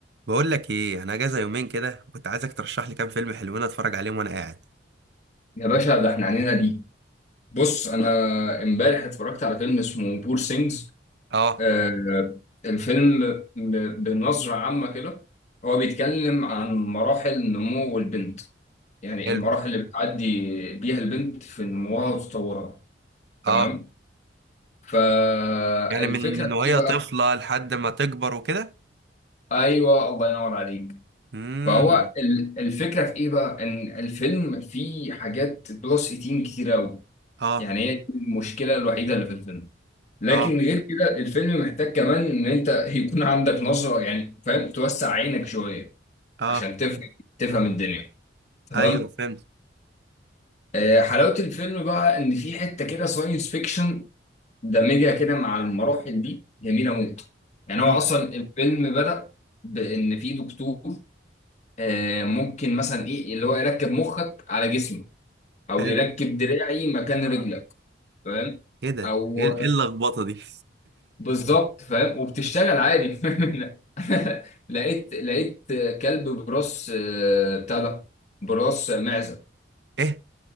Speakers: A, on the right; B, on the left.
A: بقول لك ايه انا اجازه يومين كده وكنت عايزك ترشح لي كام فيلم حلوين اتفرج عليهم وانا قاعد
B: يا باشا ده احنا عنينا ليك بص انا امبارح اتفرجت على فيلم اسمه بور سينجز
A: اه
B: آه الفيلم ب- بنظرة عامة كده هو بيتكلم عن مراحل نمو البنت يعني
A: حلو
B: المراحل اللي بتعدي بيها البنت في نموها وتطورها تمام
A: اه
B: فالفكرة
A: يعني من من
B: في
A: وهي
B: ايه
A: طفله
B: بقى
A: لحد ما تكبر وكده
B: ايوه الله ينور عليك
A: امم
B: فهو ال- الفكرة في ايه بقى ان الفيلم فيه حاجات بلس 18 كتير قوي
A: اه
B: يعني هي دي المشكلة الوحيدة اللي في الفيلم لكن
A: اه
B: غير كده الفيلم محتاج كمان ان انت يكون عندك نظرة يعني فاهم توسع عينك شوية
A: اه
B: عشان تفهم تفهم الدنيا تمام
A: ايوه فهمت
B: آه، حلاوة الفيلم بقى ان في حتة كده ساينس فيكشن دمجها كده مع المراحل دي جميلة موت يعني
A: امم
B: هو اصلا الفيلم بدأ بان في دكتور آه، ممكن مثلا ايه اللي هو يركب مخك على جسمي او
A: حلو
B: يركب دراعي مكان رجلك فاهم
A: ايه ده
B: او
A: ايه إيه اللخبطه دي
B: بالظبط فاهم وبتشتغل عادي <laughs> لقيت لقيت كلب براس آه، بتاع ده براس معزه
A: <laughs> ايه